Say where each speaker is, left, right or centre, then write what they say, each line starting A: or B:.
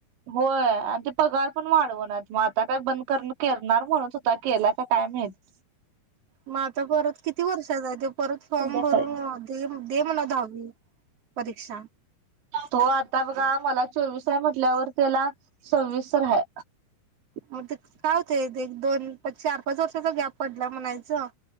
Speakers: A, on the right; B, on the right.
A: होय आणि ते पगार पण वाढवणार मग आता काय बंद कर करणार म्हणून स्वतः केला का काय माहित.
B: मग आता परत किती वर्षातचाय ते परत
A: संध्याकाळी
B: फॉर्म भरून दे म्हणा दहावी परीक्षा
A: तो आता बघा मला चोवीस रा आहे म्हटल्यावर त्याला सववीस तर आहे.
B: मग ते काय होते एक दोन चार पाच वर्षाचा गॅप पडला म्हणायचं.